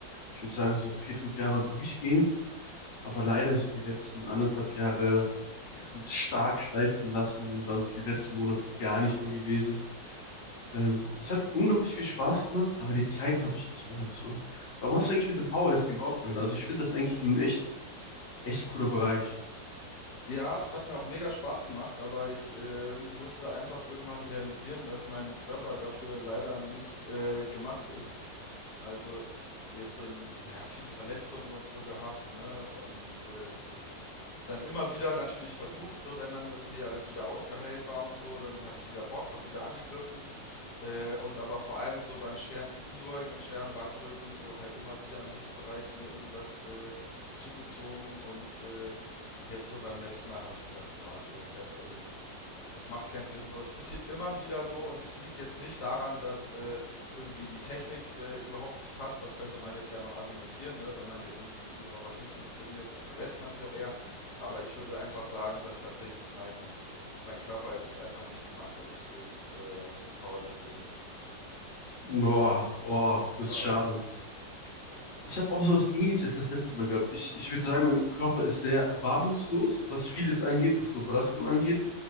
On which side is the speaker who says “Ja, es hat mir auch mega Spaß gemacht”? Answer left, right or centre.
Left